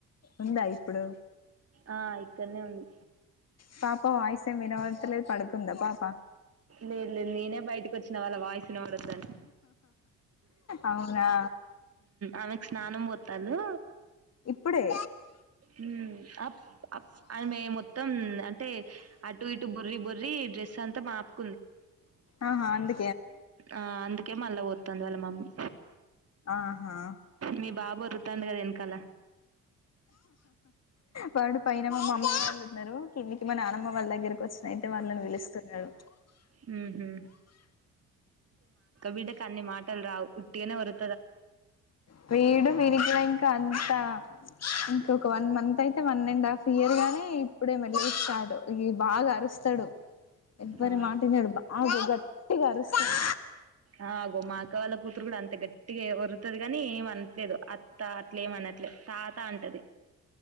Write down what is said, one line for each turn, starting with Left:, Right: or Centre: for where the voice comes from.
Left: ఉందా ఇప్పుడు
Right: ఆ ఇక్కనే ఉంది
Left: పాప వాయిసేమ్ వినవడుత లేదు పడుకుందా పాపా
Right: లేదు లేదు నేనే బయటికచ్చిన వాళ్ళ వాయిస్ వినవడద్దని
Left: అవునా
Right: ఆమెకు స్నానం పోతాలు
Left: ఇప్పుడే
Right: ఉమ్ అ ప్ అప్ అమే మొత్తం అంటే అటు ఇటు బోర్రి బొర్రి డ్రెస్ అంతా మాపు
Left: ఆహా అందు
Right: ఆ అందుకే మళ్ళా పోతంది వాళ్ళ మమ్మీ
Left: ఆహా
Right: మీ బాబు ఓర్రుతండు కదా వెనకాల
Left: వాడు పైన మా మమ్మీ వాళ్ళున్నారు కిందికి మా నానమ్మ వాళ్ళ దగ్గర వచ్చినయితే వాళ్ళని పిలుస్తున్నాడు
Right: హుహు. బిడ్డకు అన్ని మాటలు రావు ఉట్టిగానే ఒర్రు
Left: వీడు వినీ గూడ ఇంకా అన్ని ట ఇంక ఒక వన్ మంత్ అయితే వన్ అండ్ హాఫ్ ఇయర్ గానీ ఇప్పుడే మెల్లగా స్టార్ట్ ఇగి బాగా అరుస్తాడు ఎవ్వరి
Right: ఆ!
Left: మాట ఇనడు బాగా గట్టిగా అరుస్తాడు
Right: ఆ! అగో మా అక్క వాళ్ళ కూతురు గూడా అంతే గట్టిగా ఒర్రుతది కాని ఏమనట్లేదు అత్త అట్లేమనట్లే తాత అంటది